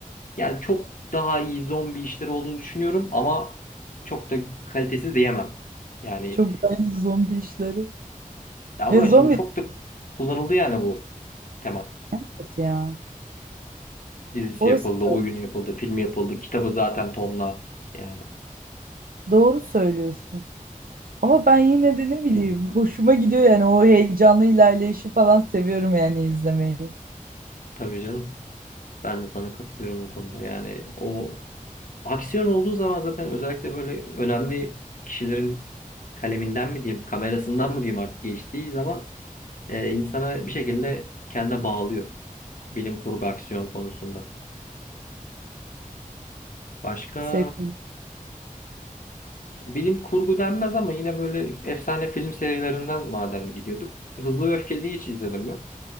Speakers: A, on the left; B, on the right.
A: Yani çok daha iyi zombi işleri olduğunu düşünüyorum ama çok da kalitesiz diyemem. Yani
B: Çok güzel zombi işleri.
A: ama
B: Ya zombi
A: şimdi çok da kullanıldı yani bu tema.
B: evet ya.
A: Dizisi
B: Orası
A: yapıldı, oyunu
B: da-
A: yapıldı, filmi yapıldı, kitabı zaten tonla. Yani
B: doğru söylüyorsun. Ama ben yine de ne bileyim hoşuma gidiyor yani o heyecanlı ilerleyişi falan seviyorum yani izlemeyi.
A: tabii canım. Ben de sana katılıyorum bu konuda. Yani o aksiyon olduğu zaman zaten özellikle böyle önemli kişilerin kaleminden mi diyeyim, kamerasından mı diyeyim artık geçtiği zaman e, insana bir şekilde kendine bağlıyor. Bilim kurgu aksiyon konusunda. Başka
B: Seviyorum.
A: Bilim kurgu denmez ama yine böyle efsane film serilerinden madem gidiyorduk. Hızlı ve Öfkeli'yi hiç izledim mi?